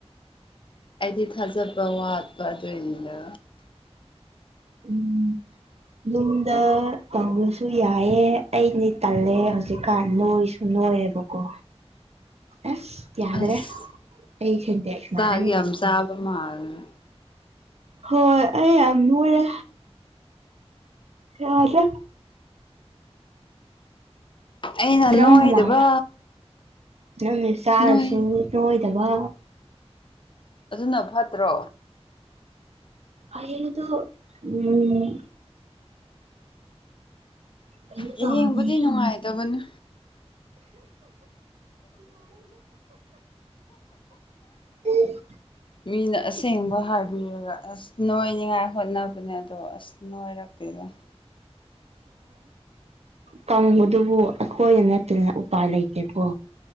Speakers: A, on the left; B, on the right.
A: ꯑꯩꯗꯤ ꯊꯥꯖꯕ ꯋꯥꯠꯄ ꯑꯗꯨ ꯑꯣꯏꯅꯤꯗ
B: ꯎꯝ ꯨꯝꯗ ꯇꯧꯕꯁꯨ ꯌꯥꯏꯑ ꯑꯩꯗꯤ ꯇꯜꯂꯦ ꯍꯧꯖꯤꯛꯀꯥꯟ ꯅꯣꯏ ꯁꯨꯝ ꯂꯣꯏꯌꯦꯕꯀꯣ ꯑꯦꯁ ꯌꯥꯗ꯭ꯔꯦ
A: ꯑꯁ
B: ꯑꯩ ꯆꯟꯇꯁ
A: ꯆꯥꯛ
B: ꯃꯥꯔꯅꯤ
A: ꯌꯥꯝ ꯆꯥꯕ ꯃꯥꯜꯂꯦ
B: ꯍꯣꯏ ꯑꯩ ꯌꯥꯝ ꯂꯣꯏꯔꯦ ꯍꯖ
A: ꯑꯩꯅ
B: ꯔꯝ
A: ꯅꯣꯏꯗꯕ
B: ꯃꯥ ꯅꯝꯃꯦ ꯁꯔ
A: ꯅꯣꯏ
B: ꯁ ꯆꯕ
A: ꯑꯗꯨꯅ ꯐꯠꯇ꯭ꯔꯣ
B: ꯑꯩꯗꯨ ꯎꯝ ꯀꯩꯅꯣ
A: ꯌꯦꯡꯕꯗꯤ
B: ꯇꯧꯔꯅꯤ
A: ꯅꯨꯡꯉꯥꯏꯇꯕꯅꯦ
B: <inaudible>
A: ꯃꯤꯅ ꯑꯁꯦꯡꯕ ꯍꯥꯏꯕꯤꯔꯒ ꯑꯁ ꯅꯣꯏꯅꯤꯉꯥꯏ ꯍꯣꯠꯅꯕꯅꯦ ꯑꯗꯣ ꯑꯁ ꯅꯣꯏꯔꯛꯇꯦꯗ <inaudible>
B: ꯀꯪꯕꯗꯨꯕꯨ ꯑꯈꯣꯏꯗ ꯅꯠꯇꯅ ꯎꯄꯥꯏ ꯂꯩꯇꯦꯀꯣ